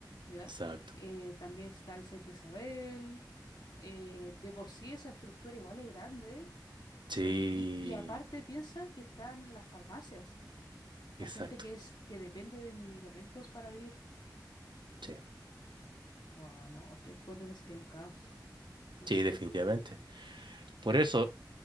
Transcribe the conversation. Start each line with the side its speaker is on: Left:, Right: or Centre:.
Left: ¿ya?
Right: Exacto.
Left: Eh, también está el Santa Isabel, eh, de por sí esa estructura igual es grande,
Right: Sí,
Left: eh, y, y aparte piensa que están las farmacias, la
Right: exacto.
Left: gente que es, que depende de medicamentos para vivir.
Right: Sí,
Left: Wow, no, yo encuentro que sería un caos, no
Right: sí,
Left: sé.
Right: definitivamente. Por eso,